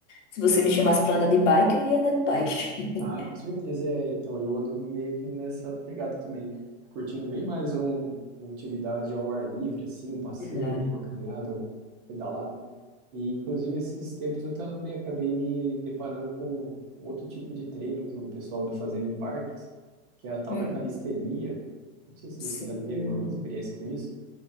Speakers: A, on the left; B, on the right.
A: Se você me chamasse para andar de bike, eu iria andar de bike.
B: Ah, com certeza é. Então, eu ando meio que nessa pegada também, curtindo bem mais um, uma atividade ao ar livre, assim, um passeio,
A: <laughs> Exato.
B: uma caminhada, um- uma pedalada. E, inclusive, esses tempos eu também acabei me deparando com um outro tipo de treino que o pessoal anda fazendo em parques, que é a tal
A: Hum,
B: da calistenia. Não sei se você
A: sim.
B: já teve uma experiência com isso.